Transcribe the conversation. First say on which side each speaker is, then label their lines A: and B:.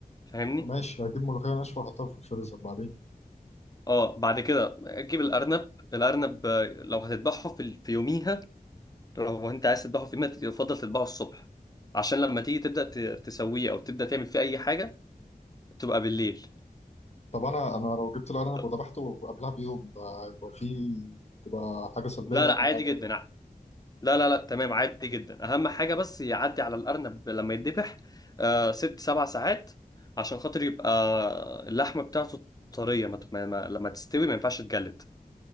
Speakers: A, on the left; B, on the left.
A: فاهمني
B: ماشي هجيب ملوخيه ناشفه واحطها في الفريزر بعدين
A: اه بعد كده تجيب الارنب الارنب آه، لو هتذبحه في, ال- في يوميها لو انت عايز تذبحه في يوم يفضل تذبحه الصبح عشان لما تيجي تبدا ت- تسويه او تبدا تعمل فيه اي حاجه تبقى بالليل
B: طب انا انا لو جبت الارنب
A: لا
B: وذبحته قبلها بيوم ده هيبقى فيه تبقى حاجه سلبيه
A: لا
B: يعني
A: لا، عادي
B: ولا حاجه
A: جدا ع- لا لا لا تمام عادي جدا اهم حاجه بس يعدي على الارنب لما يتذبح آه ست سبع ساعات عشان خاطر يبقى اللحمه بتاعته طريه ما تب- ما- ما- لما تستوي ما ينفعش تجلد